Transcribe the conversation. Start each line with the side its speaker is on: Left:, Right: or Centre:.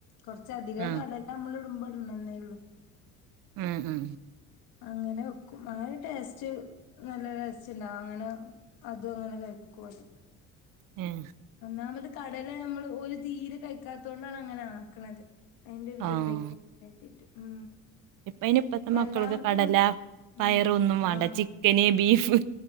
Left: കൊറച്ചധികം
Right: ആഹ്
Left: കടല നമ്മൾ ഇടുമ്പ ഇടണെന്നേ ഉള്ളു
Right: ഉം ഉം
Left: അങ്ങനെ വെക്കും ആ ഒരു ടേസ്റ്റ് നല്ല ടേസ്റ്റ് ഉണ്ടാവും അങ്ങനെ അതും അങ്ങനെ കഴ് <unintelligible>
Right: ഉം
Left: ഒന്നാമത് കടല് നമ്മള് ഒരു തീരെ കഴിക്കാത്തു കൊണ്ടാണ് അങ്ങനെ ആക്കണത് അതിന്റെ ഒരിത്
Right: ആഹ്
Left: ഇണ്ടാക്കി കൊടുക്കാൻ വേണ്ടീട്ട് ഉം
Right: ഇപ്പ ഇനി ഇപ്പത്തെ
Left: രണ്ടാമത്തെ
Right: മക്കളൊക്കേ കടല
Left: മ
Right: പയറ്
Left: ഉം
Right: ഒന്നും വേണ്ട
Left: ആഹ്
Right: ചിക്കന് ബീഫ്